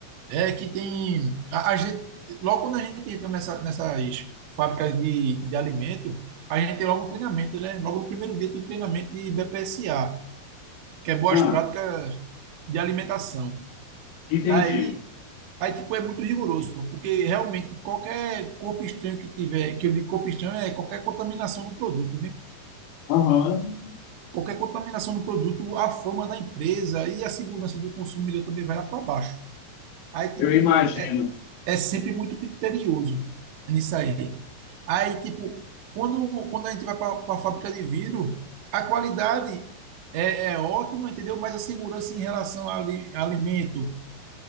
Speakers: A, on the right; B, on the left.
A: É que tem. A, a gente, logo quando a gente entra nessa, nessas fábricas de, de alimento, a gente tem logo um treinamento, né? Logo no primeiro dia tem um treinamento de BPSA, que é Boas
B: Ah,
A: Práticas de Alimentação.
B: entendi.
A: Aí, aí tipo, é muito rigoroso, pô, porque realmente qualquer corpo estranho que tiver, que eu digo corpo estranho, é qualquer contaminação do produto,
B: Aham.
A: qualquer contaminação do produto, a fama da empresa e a segurança do consumidor também vai lá para baixo. Aí, tipo,
B: Eu imagino.
A: é, é sempre muito criterioso nisso aí. Aí, tipo, quando, quando a gente vai para a fábrica de vidro, a qualidade é, é ótima, entendeu? Mas a segurança em relação ao ali- alimento,